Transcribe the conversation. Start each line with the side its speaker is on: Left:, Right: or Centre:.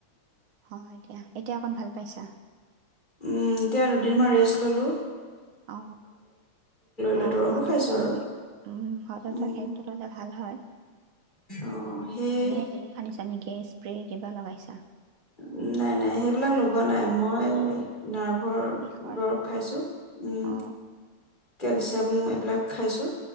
Right: হয় দিয়া। এতিয়া অকণ ভাল পাইছা।
Left: উম, এতিয়া আৰু দুদিন মান ৰেষ্ট ললোঁ।
Right: অ',
Left: লৈ
Right: অ',
Left: দৰৱো
Right: হত
Left: খাইছো
Right: ৱাটাৰ
Left: আৰু
Right: সেক উম, হত ৱাটাৰ
Left: উম,
Right: সেকটো ল'লে ভাল হয়।
Left: অ' সেই
Right: এনে, হেৰি সানিছা নেকি স্প্ৰে? কিবা লগাইছা।
Left: উ নাই নাই সেইবিলাক লগোৱা নাই। ময়‌ই নাৰ্ভৰ
Right: বিষৰ
Left: দৰৱ খাইছো। উম
Right: অ
Left: কেলচিয়াম, এইবিলাক খাইছোঁ।